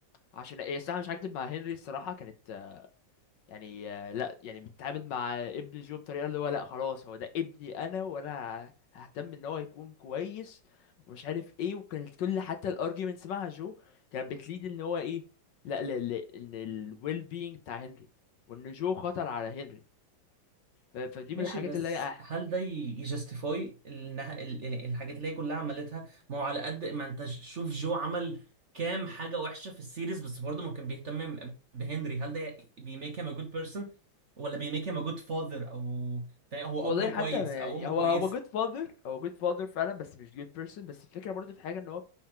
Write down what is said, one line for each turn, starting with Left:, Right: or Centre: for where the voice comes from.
Left: عشان ايه الصراحة مش هكدب مع هنري الصراحة كانت آه، يعني آه، لا يعني بتتعامل مع ابن جو بطريقة اللي هو لا خلاص هو ده ابني انا وانا ههتم ان هو يكون كويس ومش عارف ايه وكانت كل حتى الارجيومنتس مع جو كانت بتليد ان هو ايه لا لا لا ان الويل بينج بتاع هنري وان جو خطر على هنري ف- فدي
Right: ماشي
Left: من الحاجات
Right: بس
Left: اللي هي
Right: هل ده يجستيفاي النها... ال- ال- الحاجات اللي هي كلها عملتها ما هو على قد ما انت ش- شوف جو عمل كام حاجة وحشة في السيريز بس برضه ما كان بيهتم م- بهنري هل ده بيميك هيم ا جود بيرسون ولا بيميك هيم ا جود فاذر او فا- هو
Left: والله
Right: اب كويس
Left: حتى
Right: او
Left: يعني
Right: ام
Left: هو
Right: كويسة
Left: هو جود فاذر هو جود فاذر فعلا بس مش جود بيرسون بس الفكره برضه في حاجه ان هو